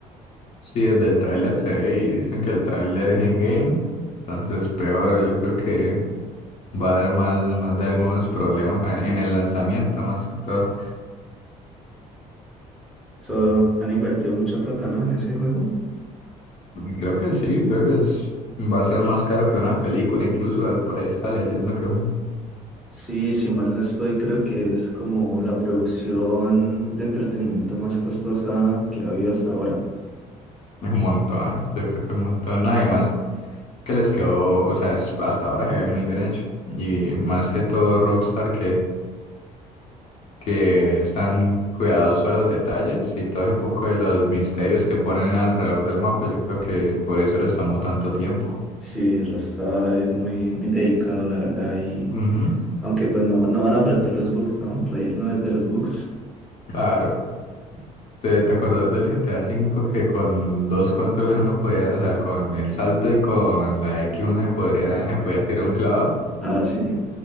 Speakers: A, on the left; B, in the centre.
A: Sí, desde el tráiler se ve y dicen que el tráiler es en game. Entonces, peor. Yo creo que va a haber más, más de algunos problemas en, en el lanzamiento, más que todo.
B: So, han invertido mucha plata, ¿no? En ese juego.
A: Creo que sí, creo que es, va a ser más caro que una película. Incluso al- por ahí está leyendo que es un,
B: Sí, si mal no estoy, creo que es como la producción de entretenimiento más costosa que ha habido hasta ahora.
A: es un montón. Yo creo que es un montón. Nada más. que les quedó, o sea, es- hasta ahora se ve muy bien hecho. Y más que todo Rockstar que, que están cuidadosos a los detalles y todo ese poco de los misterios que ponen alrededor del mapa, yo creo que por eso les tomó tanto tiempo.
B: Sí, Rostar es muy, muy dedicado, la verdad, y
A: Ujú,
B: aunque pues no, no van a faltar los bugs, ¿no? Reírnos desde los bugs.
A: claro. ¿Te, te acordás del GTA cinco que con dos controles uno podía, o sea, con el salto y con la X uno se podría, se podía tirar un clavado?
B: Ah, sí.